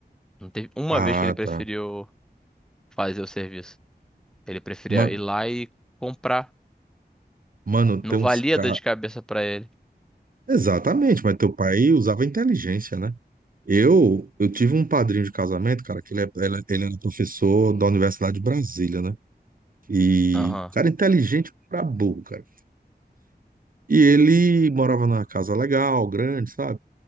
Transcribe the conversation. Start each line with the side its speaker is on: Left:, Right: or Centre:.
Centre: Não teve uma
Right: Ah,
Centre: vez que ele preferiu
Right: tá.
Centre: fazer o serviço. Ele preferia
Right: Ma-
Centre: ir lá e comprar.
Right: Mano,
Centre: Não
Right: tem
Centre: valia
Right: uns caras.
Centre: dor de cabeça pra ele.
Right: Exatamente, mas teu pai usava inteligência, né? Eu, eu tive um padrinho de casamento, cara, que ele, é, ele, é, ele era professor da Universidade de Brasília, né? E,
Centre: Aham.
Right: cara, inteligente pra burro, cara. E ele morava numa casa legal, grande, sabe?